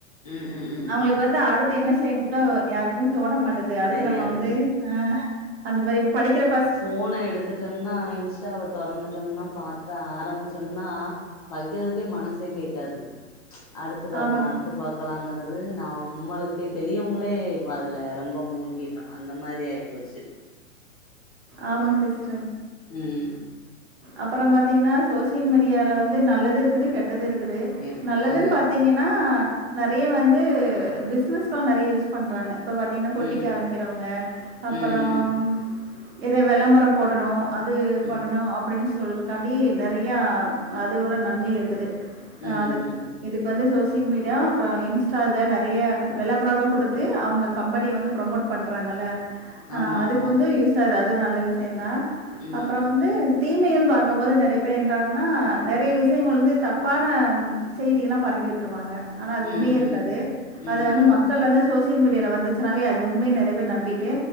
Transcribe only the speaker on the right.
அவங்களுக்கு
அடுத்து என்ன செய்ணுன்ட்டு யாருக்குமே தோண மாட்டுது அ அடுத்து
நம்ம வந்து ஆ அந்த மாரி படிக்கிற பசங்
ஆமாங்க,
ஆமாங் சிஸ்டர்
அப்புறோ பாத்திங்கன்னா சோசியல் மீடியாவில வந்து நல்லது இருக்குது கெட்டது இருக்குது
நல்லதுன்
பாத்தீங்கன்னா நெறைய வந்து பிஸ்னஸ்கலா நெறைய யூஸ் பண்றாங்க இப்ப பாத்தீங்கன்னா பொட்டிக்
ஆரம்பிக்கிறவங்க
அப்புறம்
எதோ விளம்பரம் போடணு அது பண்ணணு
அப்டின்னு சொல் தாண்டி நறையா அதோட நன்மை இருக்குது
அது
இதுக் கு வந்து சோசியல் மீடியா அப்புறோ இன்ஸ்டா இதுல நறைய விளம்பரோலா குடுத்து அவுங்க கம்பெனி வந்து ப்ரொமோட் பண்றாங்க
அ அதுக்கு
வந்து யூஸ் ஆது அது ஒரு நல்ல விஷயோந்தா
அப்புறோ
வந்து தீமைகள் பாக்கும்போது நறைய பேர் என்றாங்கன்னா நறைய விஷயங்கள் வந்து தப்பான செய்திகள்லா பரப்பி வுட்ருவாங்க ஆனா அது
உண்மையே
இருக்காது
அத வந்து
மக்கள் வந்து சோசிய யல் மீடியால வந்துச்சுனாவே அது உண்மை நெறைய பேர் நம்பிட்டு